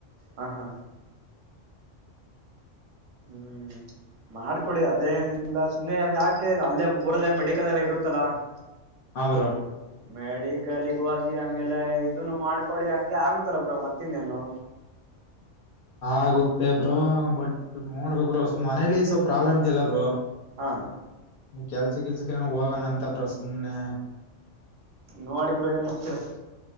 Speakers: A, on the right (about 80°); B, on the left (about 55°).
A: ಹ ಹಾ. ಹ್ಮ್. ಮಾಡ್ಕೊಳ್ಳಿ ಅದೇನಿಲ್ಲ ಸುಮ್ನೆ ಅವ್ ಯಾಕೆ ಅಲ್ಲೇ ಮೂರಲ್ಲೆ ಮೆಡಿಕಲ್ ಅಲ್ಲೆ ಇರುತ್ತಲ್ಲಾ. <inaudible>
B: ಹಾ ಬ್ರೊ.
A: ಹ್ಮ ಮೆಡೀಕಲಿಗ್ ಹೋಗಿ ಆಮೇಲೆ ಇದುನು ಮಾಡ್ಕೊಳ್ಳಿ ಹಂಗೆ ಆಗುತ್ತಲ್ಲ ಬ್ರೊ ಮತ್ತಿನ್ನೇನು.
B: ಆಗುತ್ತೆ ಬ್ರೊ ಬಟ್ ನೋಡ್ಬೇಕ್ ಬ್ರೊ ಸುಮ್ ಮನೇಲಿ ಸ್ವಲ್ಪ್ ಪ್ರಾಬ್ಲಮ್ ಇದೆಯಲ್ಲ ಬ್ರೊ.
A: ಹಾ.
B: ನೀ ಕೆಲ್ಸ ಗಿಲ್ಸಕ್ಕೆ ಹೋಗಣ ಅಂತ ಬ್ರೋ ಸುಮ್ನೆ
A: ನೋಡಿಬ್ರರು ಏನ್ ಮಾಡ್ತೀರಾ